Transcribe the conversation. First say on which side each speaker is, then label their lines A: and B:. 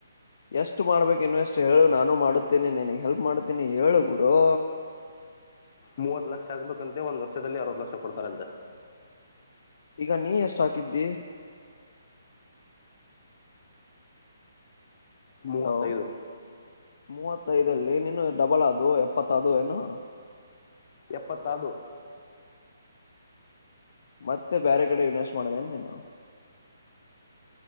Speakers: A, on the left; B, on the left.
A: ಎಷ್ಟು ಮಾಡ್ಬೇಕು ಇನ್ವೆಸ್ಟ್ ಹೇಳು ನಾನು ಮಾಡುತ್ತೇನೆ ನಿನಗ್ ಹೆಲ್ಪ್ ಮಾಡ್ತೀನಿ ಹೇಳು ಗುರು
B: ಮೂವತ್ ಲಕ್ಷ ಆಗ್ಬೇಕಂತೆ ಒಂದ್ ವರ್ಷದಲ್ಲಿ ಅರವತ್ ಲಕ್ಷ ಕೊಡ್ತಾರಂತೆ
A: ಈಗ ನೀ ಎಷ್ಟ ಹಾಕಿದ್ದಿ ಹಲೋ
B: ಮೂವತ್ತೈದು
A: ಮೂವತ್ತೈದಲ್ಲಿ ನೀನು ಡಬಲ್ ಅದು ಎಪ್ಪತ್ತದು ಏನು
B: ಎಪ್ಪತ್ತಾರು
A: ಮತ್ತೆ ಬೇರೆ ಕಡೆ ಇನ್ವೆಸ್ಟ್ ಮಾಡದೇನ್ ನೀನು